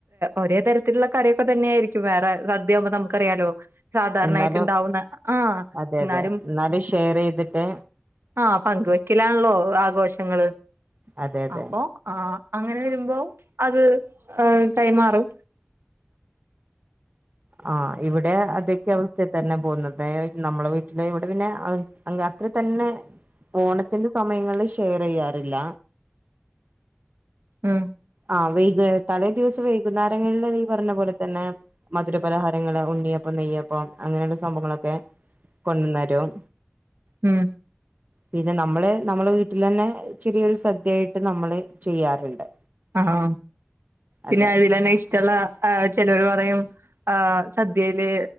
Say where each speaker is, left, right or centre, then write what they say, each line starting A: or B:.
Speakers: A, on the right; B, on the right.
A: ഓരേ തരത്തിലുള്ള കറിയൊക്കെ തന്നെയായിരിക്കും വേറെ സദ്യ ആവു മ്പോ നമുക്കറിയാലോ സാധാരണായിട്ട്
B: എന്നാലും
A: ഉണ്ടാവുന്ന ആ
B: അതെ
A: ന്നാലും
B: അതെ എന്നാലും ഷെയർ ചെയ്തിട്ട്
A: ആ പങ്കുവെക്കലാണല്ലോ ആഘോഷങ്ങള്
B: അതെതെ
A: അപ്പോ ആ അങ്ങനെ വരുമ്പോ അത് കൈമാറും
B: ആ ഇവിടെ അതൊക്കെ അവസ്ഥയിൽ തന്നെ പോവുന്നത് തേ നമ്മളെ വീട്ടില് ഇവിടെ പിന്നെ അങ്ങ് അത്ര തന്നെ ഓണത്തിന്റെ സമയങ്ങളിൽ ഷെയർ ചെയ്യാറില്ല
A: ഉം
B: ആ വൈക തലേ ദിവസം വൈകുന്നേരങ്ങളിൽ ഈ പറഞ്ഞ പോലെ തന്നെ മധുര പലഹാരങ്ങള് ഉണ്ണിയപ്പം നെയ്യപ്പം അങ്ങനെയുള്ള സംഭവങ്ങളൊക്കെ കൊണ്ടന്നരും
A: ഉം
B: പിന്നെ നമ്മള് നമ്മളെ വീട്ടിലെന്നെ ചെറിയൊരു സദ്യയായിട്ട് നമ്മള് ചെയ്യാറുണ്ട്
A: ആ ണോ പിന്നെ
B: അതെ
A: അതിൽന്നെ ഇഷ്ടമുള്ള ചെലൊർ പറയും ആഹ് സദ്യയില്